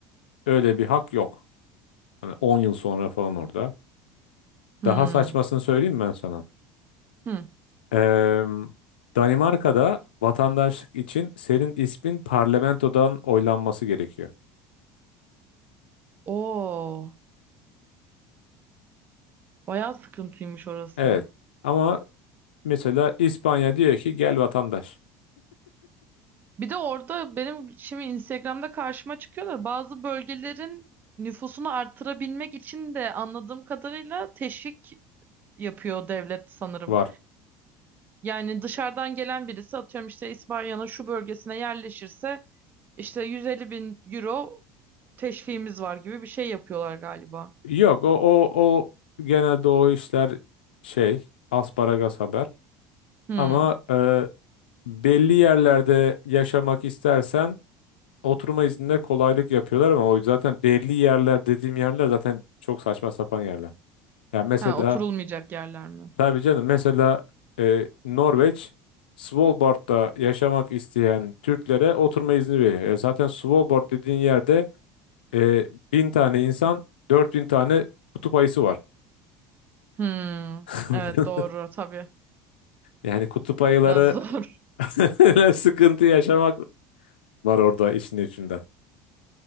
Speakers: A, on the left; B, on the right.
A: öyle bir hak yok. Hani 10 yıl sonra falan orada.
B: Hmm.
A: Daha saçmasını söyleyeyim mi ben sana.
B: Hmm.
A: Ee, Danimarka'da vatandaşlık için senin ismin parlamentodan oylanması gerekiyor.
B: Oo, bayağı sıkıntıymış orası.
A: Evet. Ama mesela İspanya diyor ki gel vatandaş
B: Bir de orada benim şimdi Instagram'da karşıma çıkıyor da bazı bölgelerin nüfusunu artırabilmek için de anladığım kadarıyla teşvik yapıyor devlet sanırım.
A: var.
B: Yani dışarıdan gelen birisi atıyorum işte İspanya'nın şu bölgesine yerleşirse işte 150 bin euro teşviğimiz var gibi bir şey yapıyorlar galiba.
A: Yok o o o genelde o işler şey asparagas haber.
B: Hmm.
A: Ama e, belli yerlerde yaşamak istersen oturma izninde kolaylık yapıyorlar ama o zaten belli yerler dediğim yerler zaten çok saçma sapan yerler. Yani mesela
B: Ha oturulmayacak yerler mi?
A: tabii canım mesela e, Norveç Svalbard'da yaşamak isteyen Türklere oturma izni veriyor. E, zaten Svalbard dediğin yerde e, bin tane insan 4000 tane kutup ayısı var.
B: Hmm.
A: <laughs>
B: Evet doğru tabii.
A: Yani kutup ayıları
B: Biraz zor. <laughs>
A: <laughs> sıkıntı yaşamak var orada işin içinde.